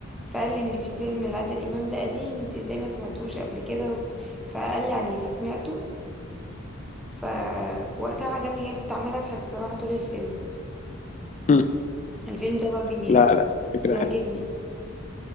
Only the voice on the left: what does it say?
مم.
لا لا فكره
حلوه